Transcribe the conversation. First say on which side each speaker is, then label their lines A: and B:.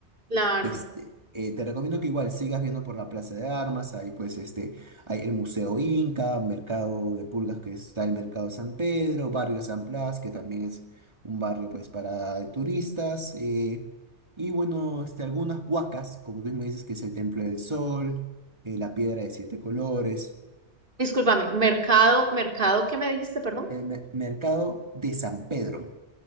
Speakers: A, on the right (about 50°); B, on the right (about 25°).
A: claro.
B: Este, eh, te recomiendo que igual sigas viendo por la Plaza de Armas, ahí pues este, hay el Museo Inca, Mercado de Pulgas que está el Mercado San Pedro, Barrio San Blas, que también es un barrio pues para turistas, eh, y bueno, este, algunas huacas, como tú me dices, que es el Templo del Sol, eh, la Piedra de Siete Colores,
A: Discúlpame, mercado, mercado, ¿qué me dijiste, perdón?
B: el me- Mercado de San Pedro.